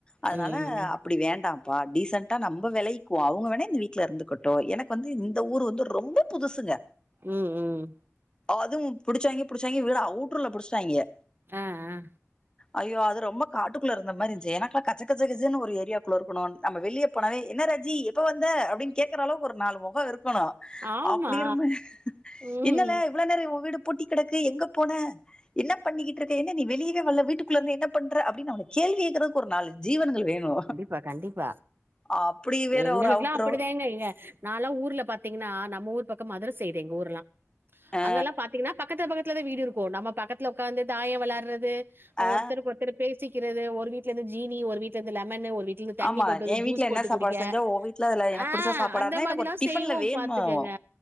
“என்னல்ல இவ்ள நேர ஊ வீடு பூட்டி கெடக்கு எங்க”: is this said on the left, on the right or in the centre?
Left